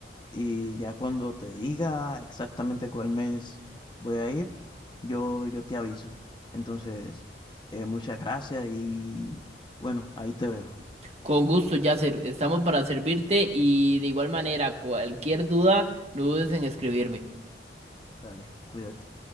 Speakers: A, on the left (about 25°); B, on the right (about 35°).
A: y ya cuando te diga exactamente cuál mes voy a ir, yo, yo te aviso. Entonces, eh, muchas gracias y bueno, ahí te veo.
B: Con gusto, Yasser, estamos para servirte y de igual manera, cualquier duda, no dudes en escribirme.
A: Dale, cuídate.